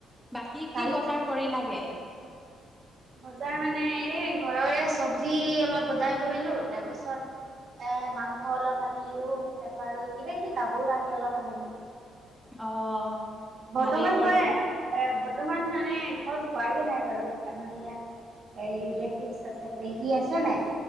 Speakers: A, in the centre; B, on the right (about 60°).
A: বাকী
B: কাল
A: কি বজাৰ কৰি লাগে?
B: বজাৰ মানে, এই ঘৰৰে চবজি অলপ বজাৰ কৰিলো, তাৰপিছত এ, মাংস অলপ আনিলো, তাৰপা আৰু কিবা- কিবি কাপোৰ- কানি অলপ আনিলো।
A: অ,
B: বৰ্তমান
A: ভালেই কৰিলা
B: মই, এই, বৰ্তমান মানে ঘৰত পোৱাগে নাই বাৰু আমাৰ ইয়াত এই, ৰিলেটিচ আছে পেহী আছে নে?